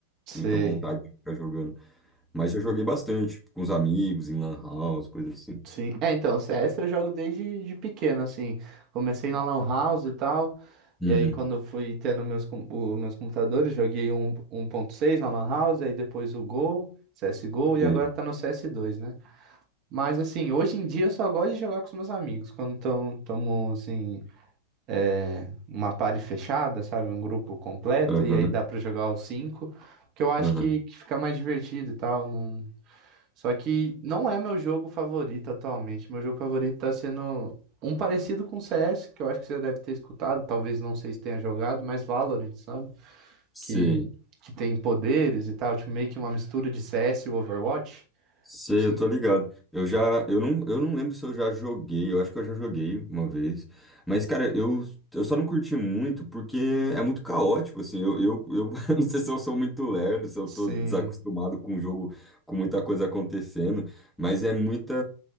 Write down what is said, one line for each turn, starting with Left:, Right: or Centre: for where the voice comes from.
Right: sei.
Centre: muita vontade de ficar jogando. Mas já joguei bastante, com os amigos, em lan house, coisas assim.
Right: Sim. É, então, CS eu jogo desde de pequeno, assim. Comecei na Lan House e tal.
Centre: Uhum.
Right: E aí, quando eu fui tendo meus, com- o- meus computadores, joguei um um ponto seis na Lan House, aí depois o Go, CSGO,
Centre: Sim.
Right: e agora tá no cs dois né? Mas, assim, hoje em dia eu só gosto de jogar com os meus amigos. Quando tão, tamo, assim, é, uma party fechada, sabe? Um grupo completo,
Centre: Aham,
Right: e aí dá pra jogar os cinco, que eu acho
Centre: aham.
Right: que, que fica mais divertido e tal. Não, só que não é meu jogo favorito atualmente. Meu jogo favorito tá sendo um parecido com CS, que eu acho que você deve ter escutado, talvez não sei se tenha jogado, mas Valorant, sabe?
Centre: Sim.
Right: Que, que tem poderes e tal, tipo, meio que uma mistura de CS e Overwatch.
Centre: Sei,
Right: Sim,
Centre: eu tô ligado. Eu já, eu não, eu não lembro se eu já joguei, eu acho que eu já joguei uma vez. Mas, cara, eu, eu só não curti muito porque é muito caótico, assim. Eu, eu, eu <laughs> não sei se eu sou muito lerdo, se eu
Right: sim,
Centre: tô desacostumado com o jogo, com muita coisa acontecendo, mas é muita,